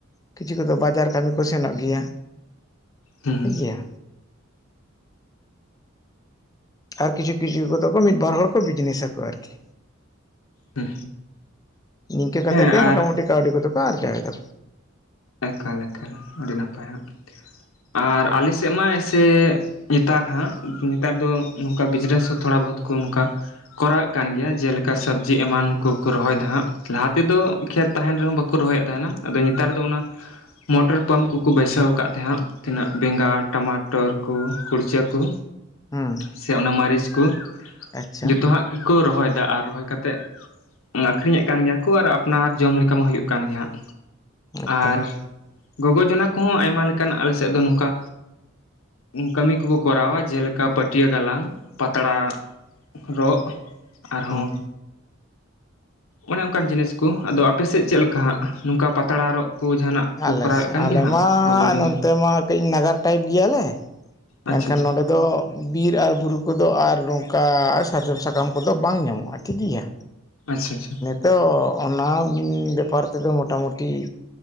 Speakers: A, on the left; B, on the left.
A: ᱠᱤᱪᱷᱩ ᱠᱚᱫᱚ ᱵᱟᱡᱟᱨ ᱠᱟᱹᱢᱤ ᱠᱚ ᱥᱮᱱᱚᱜ ᱜᱮᱭᱟ᱾
B: ᱦᱩᱸ
A: ᱴᱷᱤᱠ
B: ᱦᱩᱸ
A: ᱜᱮᱭᱟ ᱟᱨ ᱠᱤᱪᱷᱩ ᱠᱤᱪᱷᱩ ᱠᱚᱫᱚ ᱠᱚ ᱢᱤᱫ ᱵᱟᱨ ᱦᱚᱲ ᱠᱚ ᱵᱤᱡᱽᱱᱮᱥ ᱟᱠᱠᱚ ᱟᱨᱠᱤ
B: ᱦᱩᱸ
A: ᱱᱤᱝᱠᱟᱹ ᱠᱟᱛᱮ
B: ᱦᱮᱸ
A: ᱜᱮ ᱢᱚᱴᱟ
B: ᱟᱨ
A: ᱢᱩᱴᱤ ᱠᱟᱹᱣᱰᱤ ᱠᱚᱫᱚ ᱠᱚ ᱟᱨᱡᱟᱣ ᱮᱫᱟ᱾
B: ᱮᱠᱟᱞ ᱮᱠᱟᱞ ᱟᱹᱰᱤ ᱱᱟᱯᱟᱭ ᱦᱟᱜ ᱟᱨ ᱟᱞᱮ ᱥᱮᱫ ᱢᱟ ᱮᱸᱥᱮᱼᱼ ᱱᱮᱛᱟᱨ ᱦᱟᱸᱜ ᱱᱮᱛᱟᱨ ᱫᱚ ᱱᱚᱝᱠᱟ ᱵᱤᱡᱽᱱᱮᱥ ᱦᱚᱸ ᱛᱷᱚᱲᱟ ᱵᱚᱦᱩᱛ ᱠᱚ ᱱᱚᱝᱠᱟ᱾ ᱠᱚᱨᱟᱣᱮᱫ ᱠᱟᱱ ᱜᱮᱭᱟ ᱡᱮᱞᱮᱠᱟ ᱥᱚᱵᱽᱡᱤ ᱮᱢᱟᱱ ᱠᱚᱠᱚ ᱨᱚᱦᱚᱭᱮᱫᱟ ᱦᱟᱸᱜ᱾ ᱞᱟᱦᱟ ᱛᱮᱫᱚ ᱠᱷᱮᱛ ᱛᱟᱦᱮᱱ ᱨᱮᱦᱚᱸ ᱵᱟᱠᱚ ᱨᱚᱦᱚᱭᱮᱫ ᱛᱟᱦᱮᱱᱟ, ᱟᱫᱚ ᱱᱮᱛᱟᱨ ᱫᱚ ᱚᱱᱟ ᱢᱚᱴᱚᱨ ᱯᱟᱢᱯ ᱠᱚᱠᱚ ᱵᱟᱹᱭᱥᱟᱹᱣ ᱟᱠᱟᱫ ᱛᱮᱦᱟᱜ ᱛᱤᱱᱟᱹᱜ ᱵᱮᱸᱜᱟᱲ ᱴᱟᱢᱟᱴᱚᱨ ᱠᱚ ᱠᱩᱲᱪᱟᱹ ᱠᱚ
A: ᱦᱩᱸ
B: ᱥᱮ ᱚᱱᱟ ᱢᱟᱹᱨᱤᱪ ᱠᱚ
A: ᱟᱪᱪᱷᱟ
B: ᱡᱚᱛᱚᱣᱟᱜ ᱜᱮᱠᱚ ᱨᱚᱦᱚᱭ ᱫᱟ ᱟᱨ ᱨᱚᱦᱚᱭ ᱠᱟᱛᱮᱫ ᱟᱠᱷᱨᱤᱧ ᱮᱫ ᱠᱟᱱ ᱜᱮᱭᱟ ᱠᱚ ᱟᱨ ᱟᱯᱱᱟᱨ ᱡᱚᱢ ᱞᱮᱠᱟ ᱢᱟ ᱦᱩᱭᱜ ᱠᱟᱱ ᱜᱮᱭᱟ ᱦᱟᱸᱜ᱾
A: ᱮᱠᱫᱚᱢ
B: ᱟᱨ ᱜᱚᱜᱚ ᱡᱚᱱᱟ ᱠᱚᱦᱚᱸ ᱟᱭᱢᱟ ᱞᱮᱠᱟᱱ ᱟᱞᱮ ᱥᱮᱫ ᱫᱚ ᱱᱚᱝᱠᱟ ᱠᱟᱹᱢᱤ ᱠᱚᱠᱚ ᱠᱚᱨᱟᱣᱟ ᱡᱮᱞᱮᱠᱟ ᱯᱟᱹᱴᱭᱟᱹ ᱜᱟᱞᱟᱝ ᱯᱟᱛᱲᱟ ᱨᱚᱜ ᱟᱨᱦᱚᱸ
A: ᱦᱩᱸ
B: ᱚᱱᱮ ᱚᱱᱠᱟᱱ ᱡᱤᱱᱤᱥ ᱠᱚ ᱟᱫᱚ ᱟᱯᱮ ᱥᱮᱫ ᱪᱮᱫ ᱞᱮᱠᱟ ᱦᱟᱜ ᱱᱚᱝᱠᱟ ᱯᱟᱛᱲᱟ ᱨᱚᱜ ᱠᱚ ᱡᱟᱦᱟᱱᱟᱜ ᱠᱚ
A: ᱟᱞᱮ
B: ᱠᱚᱨᱟᱣᱮᱫ
A: ᱥᱮ
B: ᱠᱟᱱ
A: ᱟᱞᱮ
B: ᱜᱮᱭᱟ ᱦᱟᱸᱜ
A: ᱢᱟ
B: ᱜᱚᱜᱚ ᱡᱚᱱᱟ
A: ᱱᱚᱱᱛᱮ ᱢᱟ ᱠᱟᱹᱡ ᱱᱟᱜᱟᱨ ᱴᱟᱭᱤᱯ ᱜᱮᱭᱟᱞᱮ᱾
B: ᱟᱪᱪᱷᱟ
A: ᱮᱱᱠᱷᱟᱱ
B: ᱟᱪᱪᱷᱟ
A: ᱱᱚᱸᱰᱮ ᱫᱚ ᱵᱤᱨ ᱟᱨ ᱵᱩᱨᱩ ᱠᱚᱫᱚ ᱟᱨ ᱱᱚᱝᱠᱟ ᱥᱟᱨᱡᱚᱢ ᱥᱟᱠᱟᱢ ᱠᱚᱫᱚ ᱵᱟᱝ ᱧᱟᱢᱚᱜ-ᱟ ᱴᱷᱤᱠ ᱜᱮᱭᱟ᱾
B: ᱟᱪᱪᱷᱟ ᱟᱪᱪᱷᱟ,
A: ᱛᱚ ᱚᱱᱟ ᱵᱮᱯᱟᱨ ᱛᱮᱫᱚ ᱢᱚᱴᱟ ᱢᱩᱴᱤ